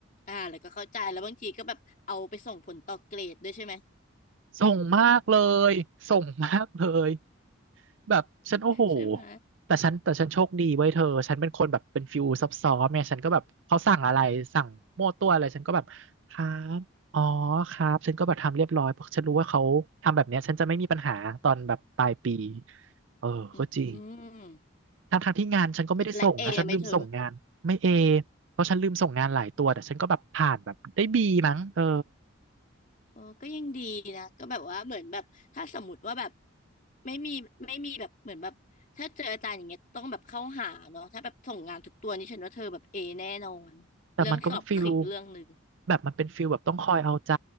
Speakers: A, on the left; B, on the right.
A: อ่าแล้วก็เข้าใจแล้วบางทีก็แบบเอาไปส่งผลต่อเกรดด้วยใช่ไหม
B: ส่งมากเลยส่งมากเลย แบบฉันโอ้โห
A: ใช่ไหม
B: แต่ฉันแต่ฉันโชคดีไว้ยเธอฉันเป็นคนแบบเป็นฟิวซับซ้อนเนี่ยฉันก็แบบเขาสั่งอะไรสั่งมั่วตัวอะไรฉันก็แบบครับอ๋อครับฉันก็แบบทำเรียบร้อยเพราะฉันรู้ว่าเขาทำแบบเนี้ยฉันจะไม่มีปัญหาตอนแบบปลายปีเออก็จริง
A: อืมอืม
B: ทั้งทางที่งานฉันก็ไม่ได้ส่งนะฉันลืมส่งงานไม่เอ
A: และเอไหมเธอ
B: เพราะฉันลืมส่งงานหลายตัวแต่ฉันก็แบบผ่านแบบได้บีมั้งเออ
A: โอ้ก็ยังดีนะก็แบบว่าเหมือนแบบถ้าสมมติว่าแบบไม่มีไม่มีแบบเหมือนแบบถ้าเจออาจารย์อย่างเงี้ยต้องแบบเข้าหาเนาะถ้าแบบส่งงานทุกตัวนี่ฉันว่าเธอแบบเอแน่นอน
B: แต่มันก็ฟิล
A: เรื่องสอบคืออีกเรื่องหนึ่ง
B: แบบมันเป็นฟิลแบบต้องคอยเอาใจ